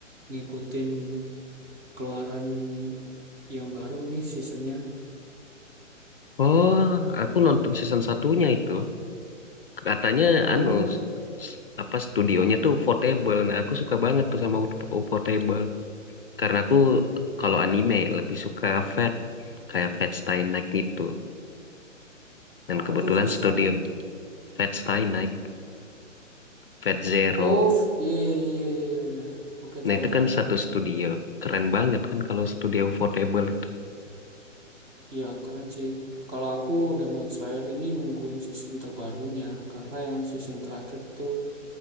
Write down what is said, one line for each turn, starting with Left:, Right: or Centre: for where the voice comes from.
Right: ngikutin keluaran yang baru nih seasonnya.
Left: Oh, aku nonton season satunya itu. Katanya
Right: Oh,
Left: anu s- s- apa studionya tuh portable. Nah, aku suka banget tuh sama ut- u- portable. Karena aku kalau anime lebih suka Fate kayak Fate Stay Night gitu. Dan
Right: apa
Left: kebetulan
Right: tuh Fast
Left: studio
Right: Titanic?
Left: Fate Stay Night, Fate Zero.
Right: Oh, f- iya iya iya iya iya iya. iya. Oke,
Left: Nah,
Right: tahu
Left: itu
Right: tahu
Left: kan
Right: tahu.
Left: satu studio. Keren banget kan kalau studio portable itu.
Right: Iya, keren sih. Kalau aku Demon Slayer ini nungguin season terbarunya karena yang season terakhir tuh